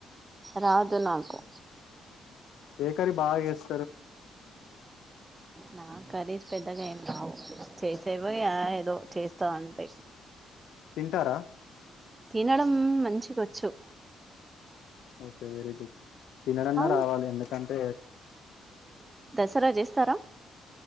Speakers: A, on the right (about 15°); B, on the left (about 75°).
A: రాదు నాకు
B: ఏ కర్రీ బాగా చెస్
A: నాక్ కర్రీస్ పెద్దగా ఏం రావు చేసే పోయి ఏదో చేస్తా అంతే
B: తింటారా
A: తినడం మంచిగచ్చు
B: ఓకే వెరీ గుడ్ తినుడన్నా
A: అవును
B: రావాలి ఎందుకంటే
A: సరే చేస్తారా